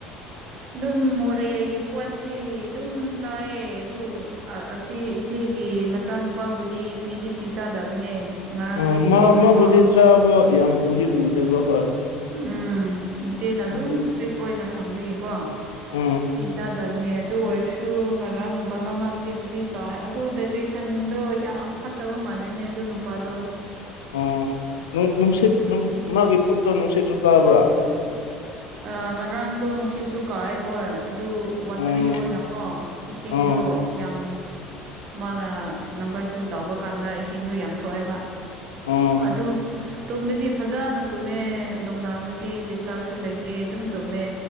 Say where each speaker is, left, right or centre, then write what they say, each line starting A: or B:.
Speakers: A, on the right; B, on the left.
A: ꯑꯗꯨꯝ ꯃꯣꯔꯦꯒꯤ ꯄꯣꯠꯇꯤ ꯑꯗꯨꯝ ꯆꯥꯏꯑꯦ ꯑꯗꯨ ꯑꯁꯤ ꯏꯆꯦꯒꯤ ꯃꯆꯥꯅꯨꯄꯥꯕꯨꯗꯤ ꯄꯤꯗꯤ ꯄꯤꯖꯗꯕꯅꯦ ꯉꯔꯥꯡꯗꯒꯤ
B: ꯑꯣ ꯃꯥ
A: ꯍꯧꯅ
B: ꯃꯥꯕꯨꯗꯤ
A: ꯀꯣ
B: ꯆꯥꯕ ꯌꯥꯝ ꯎꯗꯤ ꯎꯗꯦꯕ ꯍꯣꯏ
A: ꯎꯝ ꯏꯆꯦꯅ ꯑꯗꯨꯝ
B: ꯑꯗꯨ
A: ꯏꯁꯇ꯭ꯔꯤꯛ ꯑꯣꯏꯅ ꯊꯝꯕꯤꯒꯤꯀꯣ
B: ꯎꯝ
A: ꯄꯤꯖ ꯐꯠꯇꯕꯅꯦ ꯑꯗꯨ ꯑꯣꯏꯔꯁꯨ ꯉꯔꯥꯡ ꯕꯅꯥꯅꯥ ꯆꯤꯞꯁꯤ ꯆꯥꯏ ꯑꯗꯨ ꯗꯥꯏꯖꯦꯁꯟꯗꯣ ꯌꯥꯝ ꯐꯠꯇ ꯇꯕ ꯃꯥꯟꯂꯦꯅꯦ ꯑꯗꯨ ꯅꯨꯄꯥꯗꯣ
B: ꯑꯣ ꯅꯨꯡꯁꯤꯠ ꯅꯨꯡ ꯃꯥꯒꯤ ꯄꯨꯛꯇꯣ ꯅꯨꯡꯁꯤꯠꯁꯨ ꯀꯥꯕ꯭ꯔꯥ
A: ꯑ ꯉꯔꯥꯡꯗꯣ ꯅꯨꯡꯁꯤꯁꯨꯨ ꯀꯥꯏ ꯍꯣꯏ ꯑꯗꯨ ꯋꯥꯇꯔꯤ
B: ꯎꯝ
A: ꯑꯣꯏꯅꯀꯣ ꯏꯁꯤꯡꯗꯣ
B: ꯎꯝ
A: ꯌꯥꯝ ꯃꯥꯅ ꯅꯝꯕꯔ ꯇꯨ ꯇꯧꯕ ꯀꯥꯟꯗ ꯏꯁꯤꯡꯗꯨ ꯌꯥꯝ ꯊꯣꯛꯑꯦꯕ
B: ꯎꯝ
A: ꯑꯗꯨ ꯇꯨꯝꯕꯗꯤ ꯐꯖꯅ ꯇꯨꯝꯃꯦ ꯅꯨꯡꯗꯥꯡꯗꯗꯤ ꯇꯥꯞꯁꯨ ꯂꯩꯇꯦ ꯑꯗꯨꯝ ꯇꯨꯝꯃꯦ